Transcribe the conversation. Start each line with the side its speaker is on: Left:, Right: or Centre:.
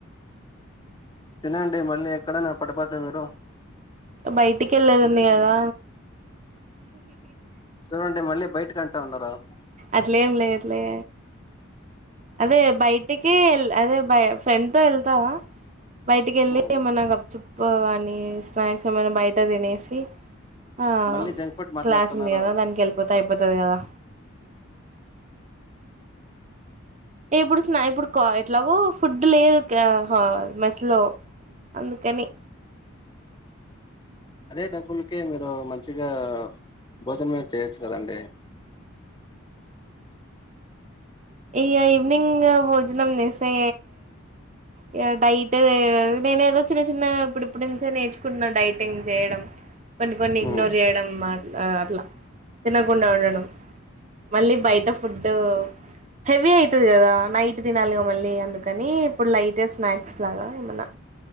Left: తినండి మళ్ళీ ఎక్కడైనా పడిపోతే మీరు
Right: బయటికెళ్ళేదుంది గదా
Left: చూడండి మళ్ళీ బయటికంటా ఉండారా రా
Right: అట్లేం లేదులే అదే బయటికి ఎల్ అదే ఫ్రెండ్ తో ఎళ్తా బయటికెళ్ళి
Left: ఉమ్,
Right: ఏమన్నా గప్ చుప్ గాని స్నాక్స్ ఏమన్న బయట తినేసి ఆ
Left: మళ్ళీ జంక్ ఫుడ్ మాట్లాడుతున్నారు
Right: క్లాస్ ఉంది గదా దానికెల్ప్ పోతే అయిపోతది గదా ఇప్పుడు స్నా ఇప్పుడు కా ఎట్లాగో ఫుడ్ లేదు క్యా హా మెస్ లో అందుకని
Left: అదే డబ్బులకి మీరు మంచిగా భోజనం చేయొచ్చు కదండి
Right: ఇగ ఈవినింగ్ భోజనం చేస్తే ఇగ డైట్ నేను ఏదో చిన్న చిన్నగా ఇప్పుడిప్పుడు నించే నేర్చుకుంటున్నా డైటింగ్ చేయడం కొన్ని కొన్ని ఇగ్నోర్
Left: ఉమ్,
Right: జేయడం మాట్ ఆ అట్లా తినకుండా ఉండడం మళ్ళీ బయట ఫుడ్డు హెవీ అయితది గదా నైట్ తినాలిగా మళ్ళీ అందుకని ఇప్పుడు లైట్గా స్నాక్స్ లాగా ఏమన్నా